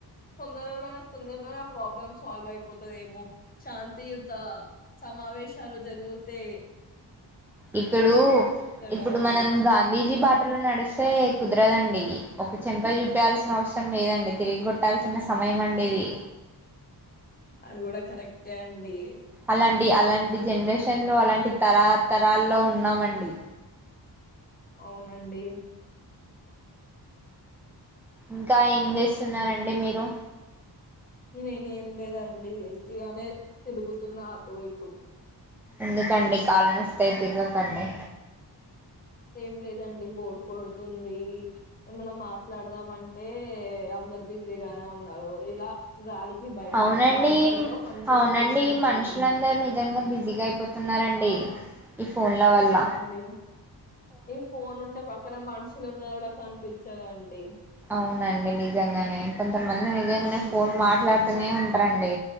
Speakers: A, on the left; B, in the centre.
A: తొందరలోనే తొందరలోనే ప్రాబ్లమ్ సాల్వ్ అయిపోతదేమో శాంతియుత సమావేశాలు జరుగుతే
B: ఇప్పుడు ఇప్పుడు
A: కదా అండి
B: మనం గాంధీజీ బాటలు నడిస్తే కుదరదండి. ఒక చంప చూపియాల్సిన అవసరం లేదండి తిరిగి కొట్టాల్సిన సమయం అండి ఇది
A: అది కూడా కరెక్టే అండి.
B: అలాం డి అలాంటి జనరేషన్ లో అలాంటి తరతరాల్లో ఉన్నామండి
A: అవునండి.
B: ఇంకా ఏం చేస్తున్నారండి మీరు
A: నేనేం లేదండి వుత్తిగానే తిరుగుతున్న ఆటో ఇటు
B: ఎందుకండి కాల్ నొస్తాయ్ తిరుగకండి
A: ఏం లేదండి బోర్ కొడుతుంది ఏమన మాట్లాడదామంటే అందరు బిజీగానే ఉన్నారు ఇలా గాలికి బయట
B: అవునండి
A: మాకు బాల్కనీలో మంచి
B: అవునండి
A: స్పేస్ ఉంటుంది
B: మనుషులందరూ నిజంగా బిజీగా అయిపోతున్నారండి. ఈ ఫోన్ల వల్ల
A: అవునండి ఈ ఫోన్ ఉంటే పక్కన మనుషులు న్న కూడా కనిపిచ్చరండి
B: అవునండి నిజంగానే కొంతమంది నిజంగానే
A: ఉమ్
B: ఫోన్ మాట్లాడ తనే ఉంటారండి